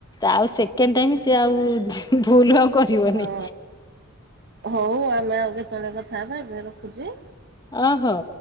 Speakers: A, on the left; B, on the right.
A: ଆଉ ସେକେଣ୍ଡ ଟାଇ ସ ଆଉ ଭୁଲ ଆଉ କରିବନି।
B: ହଁ ହଉ ଆମେ ଆଉ କେତେବେଳେ କଥା ହେବା ଏବେ ରଖୁଛି।
A: ଓ ହଉ